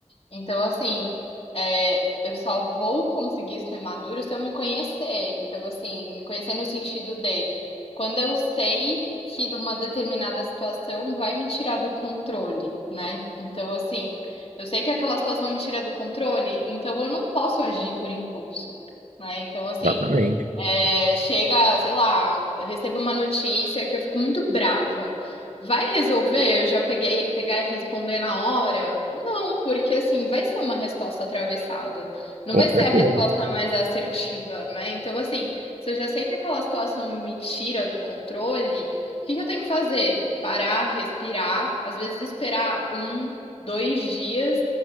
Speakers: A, on the left; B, on the right.
A: Então, assim, é, eu só vou conseguir ser madura se eu me conhecer. Então, assim, me conhecer no sentido de quando eu sei que uma determinada situação vai me tirar do controle, né? Então, assim, eu sei que aquela situação me tira do controle, então eu não posso agir por impulso. Né? Então, assim,
B: Exatamente,
A: é, chega, sei lá, eu recebo uma notícia que eu fico muito brava. Vai resolver? Eu já peguei, pegar e responder na hora? Não, porque assim, vai ser uma resposta atravessada. Não
B: com
A: vai
B: certeza.
A: ser a resposta mais assertiva, né? Então, assim, se eu já sei que aquela situação me tira do controle, o que que eu tenho que fazer? Parar, respirar, às vezes esperar um, dois dias,